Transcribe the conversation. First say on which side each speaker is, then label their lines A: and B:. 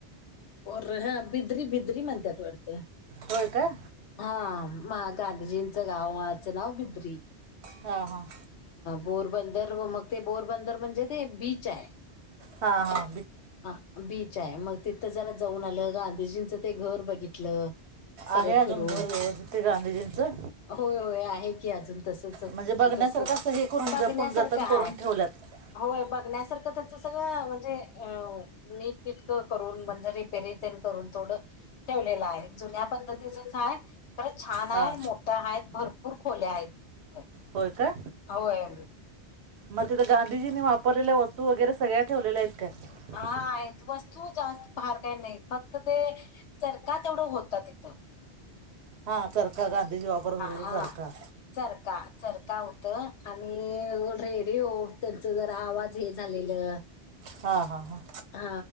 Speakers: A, on the left; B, on the right.
A: र ह बिद्री बिद्री म्हणतात वरत
B: होय का
A: हा म गांधीजींचं गाव आचं नाव बिद्री
B: हा हा
A: पोरबंदर व मग ते बोरबंदर म्हणजे ते बीच आहे
B: हा हा
A: हा बीच आहे मग तिथं जरा जाऊन आलं गांधीजींचं ते घर बघितलं सगळं
B: आहे अजून
A: फिरवून
B: घर व्यवस्थित ते गांधीजींचं
A: होय होय आहे की अजून जस
B: म्हणजे बघण्यासारखं असं हे करून
A: बघण्यासारख
B: जपून जतन
A: हाय
B: करून ठेवल्यात
A: होय ब ण्यासारखं त्याच सगळं म्हणजे नीटनेटक करून म्हणजे रिपेरी तेण करून थोडं ठेवलं आहे जु्या पद्धतीचच आहे खरं छान आहे
B: हां
A: मोठ्या आहेत भरपूर खोल्या आहेत अच्छ
B: होय का
A: हो आहे
B: मग तिथं गांधीजींनी वापरलेल्या वस्तू वगैरे सगळ्या ठेवलेल्या आहेत का
A: हा आहेत वस्तू जास्त फार काही नाही फक्त ते चरखा तेवढं होत तथं
B: हा चरका गांधीजी वापरत होते ते
A: हा
B: चरका
A: चरका चरका होत आणि रेडिओ त्यांच जरा आवाज हे झालेलं
B: हा हा हा
A: हा